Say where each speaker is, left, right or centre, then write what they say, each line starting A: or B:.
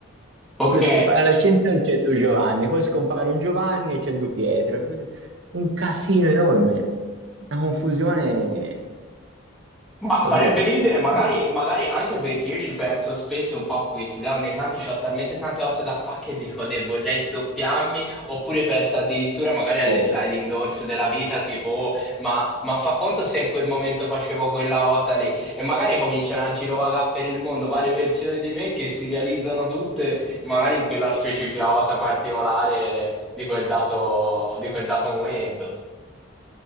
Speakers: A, in the centre; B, on the right.
A: Ok.
B: Io scompaio all'ascensore e c'è due Giovanni, poi scompare un Giovanni e c'è due Pietro, un casino enorme, una confusione.
A: Ma
B: L'ho
A: farebbe
B: detto.
A: ridere, magari,
B: Mm.
A: magari anche perché io ci penso spesso un po' a questi, da ogni tanto ho talmente tante cose da fare che dico, "Deh, vorrei sdoppiarmi, oppure penso addirittura magari alle
B: Oh.
A: sliding doors della vita, tipo, "Oh, ma, ma fa conto se in quel momento facevo quella cosa lì, e magari cominciano a girovagare per il mondo varie versioni di me che si realizzano tutte, magari in quella specifica cosa particolare di quel dato, di quel dato momento.